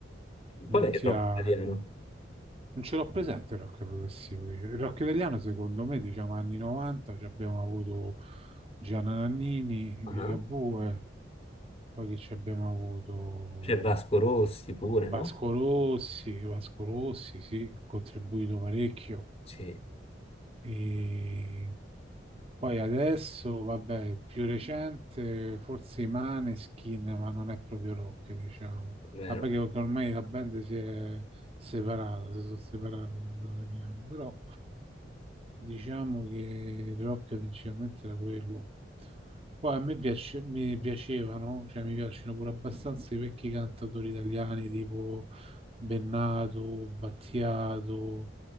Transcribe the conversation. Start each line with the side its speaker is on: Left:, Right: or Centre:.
Left: Qual
Right: Non
Left: è il
Right: ti
Left: rock
Right: ha.
Left: italiano?
Right: Non ce l'ho presente il rock progressivo io. Il rock italiano, secondo me, diciamo anni 90, ci abbiamo avuto Gianna Nannini,
Left: Ah,
Right: Ligabue, poi che ci abbiamo avuto
Left: C'è Vasco Rossi pure, no?
Right: Vasco Rossi, Vasco Rossi, sì, ha contribuito parecchio.
Left: Sì,
Right: E poi adesso, vabbè, più recente, forse i Maneskin, ma non è proprio rock, diciamo.
Left: vero,
Right: Vabbè, che che ormai la band si è separata, si sono separati, quello che piano. però diciamo che il rock principalmente era quello. Poi a me piace- mi piacevano, cioè mi piacciono pure abbastanza i vecchi cantatori italiani tipo Bennato, Battiato,